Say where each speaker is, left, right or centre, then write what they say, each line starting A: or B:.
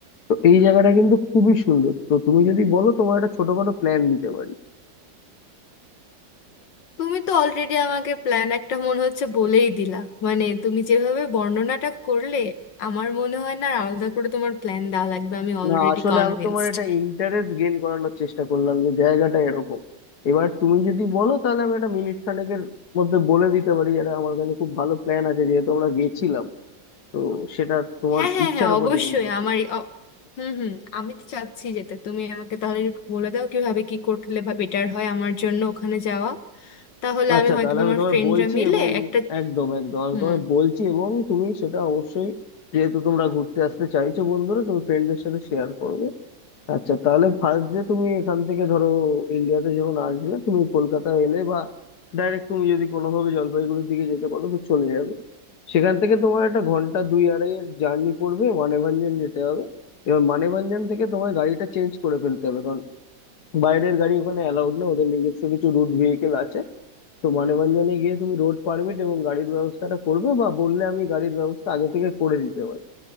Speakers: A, on the left (about 60°); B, on the left (about 80°).
A: তো এই জায়গাটা কিন্তু খুবই সুন্দর তো তুমি যদি বলো তোমার একটা ছোটখাটো প্ল্যান দিতে পারি
B: তুমি তো অলরেডি আমাকে প্ল্যান একটা মনে হচ্ছে বলেই দিলা মানে তুমি যেভাবে বর্ণনাটা করলে আমার মনে হয় না আর আলাদা করে তোমার প্ল্যান দেওয়া লাগবে আমি অলরেডি
A: না আসলে
B: কনভিন্সড
A: আমি তোমার এটা ইন্টারেস্ট গেইন করানোর চেষ্টা করলাম যে জায়গাটা এরকম এবার তুমি যদি বলো তাহলে আমি একটা মিনিট খানেকের মধ্যে বলে দিতে পারি যেটা আমার কাছে খুব ভালো প্ল্যান আছে যেহেতু আমরা গেছিলাম তো সেটা তোমার
B: হ্যাঁ হ্যাঁ
A: ইচ্ছার
B: হ্যাঁ
A: উপর
B: অবশ্যই
A: ডিপেন্ড করছে
B: আমার এই অ- হুম হুম আমি তো চাচ্ছি যেতে তুমি আমাকে তাহলে একটু বলে দাও কিভাবে কি করলে বা বেটার হয় আমার জন্য ওখানে যাওয়া তাহলে
A: আচ্ছা
B: আমি হয়তো
A: তাহলে
B: বা
A: আমি
B: আমার
A: তোমায়
B: ফ্রেন্ডরা
A: বলছি
B: মিলে
A: এবং
B: একটা
A: একদম একদম আমি
B: হুম
A: তোমায় বলছি এবং তুমি সেটা অবশ্যই যেহেতু তোমরা ঘুরতে আসতে চাইছো বন্ধুরা তুমি ফ্রেন্ডদের সাথে শেয়ার করবে আচ্ছা তাহলে ফার্স্ট যে তুমি এখান থেকে ধরো ইন্ডিয়াতে যখন আসবে তুমি কলকাতা এলে বা ডাইরেক্ট তুমি যদি কোনোভাবে জলপাইগুড়ির দিকে যেতে পারো তো চলে যাবে সেখান থেকে তোমার একটা ঘন্টা দুই আড়াইয়ের জার্নি পড়বে মানেভঞ্জন যেতে হবে এবার মানেভঞ্জন থেকে তোমায় গাড়িটা চেঞ্জ করে ফেলতে হবে বাইরের গাড়ি ওখানে অ্যালাউড না ওদের নিজস্ব কিছু রুট ভেহিকেল আছে তো মানববন্ধনে গিয়ে তুমি রোড পারমিট এবং গাড়ির ব্যবস্থাটা করবে বা বললে আমি গাড়ির ব্যবস্থা আগে থেকে করে দিতে পারি